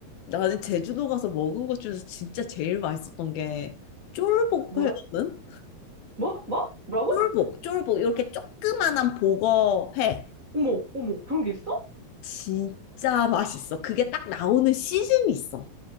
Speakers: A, on the left; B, on the right.
A: 나는 제주도 가서 먹은 것 중에서 진짜 제일 맛있었던 게 쫄복
B: 뭐야?
A: 회거든?
B: 뭐? 뭐? 뭐라고?
A: 쫄복, 쫄복, 이렇게 조그만한 복어회.
B: 어머, 어머, 그런 게 있어?
A: 진짜 맛있어. 그게 딱 나오는 시즌이 있어.